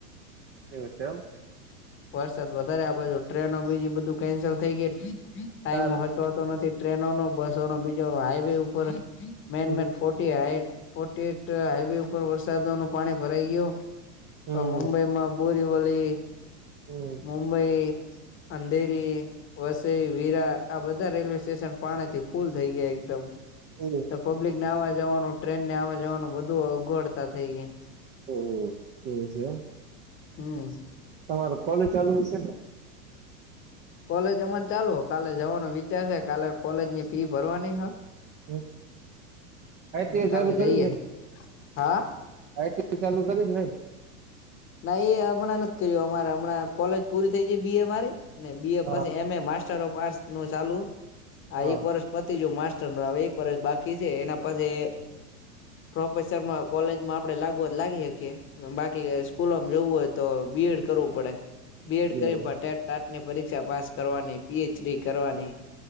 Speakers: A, on the right; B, on the left.
A: એવું છે એમ.
B: વરસાદ વધારે આ બાજુ ટ્રેનો, બીજી બધું કેન્સલ થઈ ગઈ, એટલે ટાઈમ
A: તાર
B: નથી, ટ્રેનો નો બસો નો, બીજો હાઈવે ઉપર મેન-મેન
A: હમ
B: ફોટી હાઈ, ફોર્ટી-એટ હાઈવે ઉપર વરસાદો નું પાણી ભરાઈ ગયું.
A: હમ
B: હવે, મુંબઈમાં બોરીવલી
A: હમ.
B: મુંબઈ, અંધેરી. વસઈ, વિરાર આ બધા રેલવે સ્ટેશન પાણીથી ફૂલ થઈ ગયા એકદમ.
A: હમ
B: તો પબ્લિક ને આવા-જવાનું, ટ્રેન ને આવવા-જવાનું, બધું અગવડ. તા થઈ ગઇ,
A: ઓહ એવું છે એમ
B: હમ.
A: તમારે કોલેજ ચાલુ હશે ને?
B: કોલેજ અમારે ચાલુ, કાલે જવાનો વિચાર છે, કાલે કોલેજ ની ફી ભરવાની હ.
A: હમ, આઇ.
B: હ
A: ટી. આઈ
B: કાલે
A: ચાલુ, કર્યુંક
B: જઈએ
A: નઇ
B: હા
A: આઇ. ટી ચાલુ કરી જ નહી.
B: ના, એ હમણાં નથી કર્યું, અમારે હમણાં કોલેજ પૂરી થઈ જ બી. એ મારી ને, બી એ
A: હા
B: પછી એમ એ માસ ચલો, નું ચાલુ આ
A: હા
B: એક વર્ષ પતી જયુ, માસ્ટરનું હવે એક વર્ષ બાકી છે એના. પછે પ્રોફેસરમાં કોલેજમાં આપડે લાગુ હોય તો, લાગી હકીએ બાકી સ્કૂલમ જવું હોય તો બીએડ કરવું પડે, બીએડ
A: એવું
B: કરીને ટાટ આઠની પરી શિક્ષા પાસ કરવાની, પી એચ ડી કરવાની